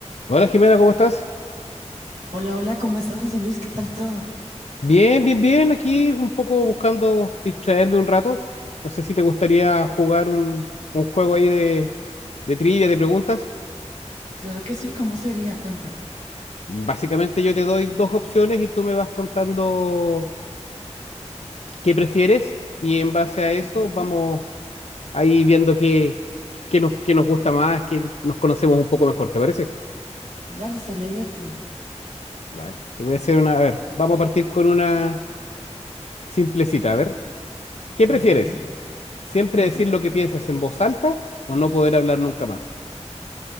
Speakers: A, on the left; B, on the right.
A: Hola Jimena, ¿cómo estás?
B: Hola, hola, ¿cómo estás, José Luis? ¿Qué tal todo?
A: Bien, bien, bien. Aquí un poco buscando distraerme un rato. No sé si te gustaría jugar un, un juego ahí de, de trivia, de preguntas.
B: Claro que sí, ¿cómo sería? Cuéntame.
A: Básicamente yo te doy dos opciones y tú me vas contando qué prefieres y en base a eso
B: Ujú.
A: vamos ahí viendo qué, qué nos, qué nos gusta más, qué nos conocemos un poco mejor, ¿te parece?
B: Dale, estaría divertido.
A: Vale, te voy a hacer una... A ver, vamos a partir con una simplecita. A ver, ¿qué prefieres?
B: A ver, a ver.
A: siempre
B: Ujú.
A: decir lo que piensas en voz alta o no poder hablar nunca más.